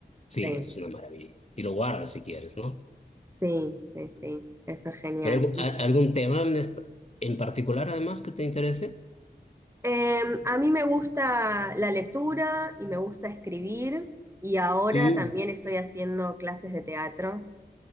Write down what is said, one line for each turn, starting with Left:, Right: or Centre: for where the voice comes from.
Left: Sí,
Right: Sí.
Left: eso es una maravilla. Y lo guardas si quieres, ¿no?
Right: Sí, sí, sí, eso es genial.
Left: Pero
Right: sí.
Left: ¿al- algún tema en, es- en particular, además, que te interese?
Right: Em, a mí me gusta la lectura y me gusta escribir y ahora
Left: Mm.
Right: también estoy haciendo clases de teatro.